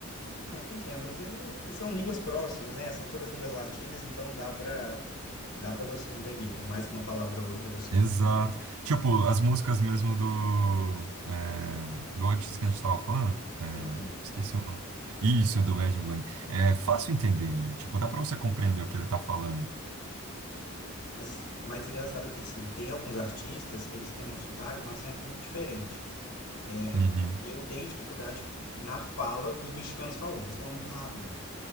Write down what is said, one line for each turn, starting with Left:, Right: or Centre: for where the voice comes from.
Left: É, pois é, mas é- são línguas próximas, né? São todas línguas latinas, então dá pra, dá pra você entender, por mais que uma palavra ou outra você
Right: Exato.
Left: não.
Right: Tipo, as músicas mesmo do. É, do artista que a gente tava falando. é,
Left: Bad Bunny.
Right: esqueci o nome. Isso, do Bad Bunny. É fácil entender, né? Tipo, dá pra você compreender o que ele tá falando.
Left: Mas, mais engraçado que, sim tem alguns artistas que eles têm um sotaque, um acento muito diferente. É,
Right: Uhum.
Left: eu tenho dificuldade na fala, os mexicanos falando, eles falam muito rápido.